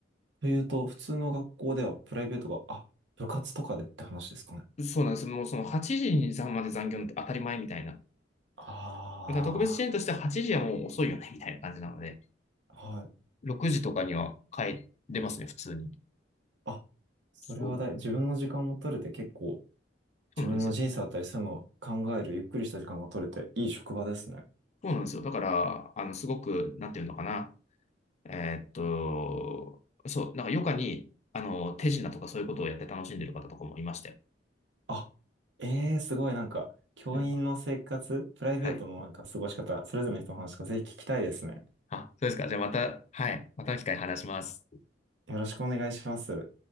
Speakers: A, on the right; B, on the left.
A: というと、普通の学校ではプライベートが、あ、部活とかでって話ですかね。
B: そうなんです。もうその8時に残まで残業って当たり前みたいな。
A: あ
B: ただ特別支援としては8時はもう遅いよねみたいな感じなので、
A: あ、はい。
B: 6時とかには帰れますね、普通に。
A: あ、それはだい、
B: そう、
A: 自分の時間も取れて結構、自分の人生だったり、
B: そうなんですよ。
A: そういうのを考える、ゆっくりした時間が取れて、いい職場ですね。
B: そうなんですよ。だから、あの、すごく、なんていうのかな。えーっと、そう、なんか余暇に、あの、手品とかそういうことをやって楽しんでる方とかもいましたよ。
A: あ、ええー、すごいなんか、教員の生活、
B: うん。
A: プライベートのなんか過ごし方、
B: はい。
A: それぞれの人の話がぜひ聞きたいですね。
B: あ、そうですか。じゃあまた、はい。またの機会に話します。
A: よろしくお願いします。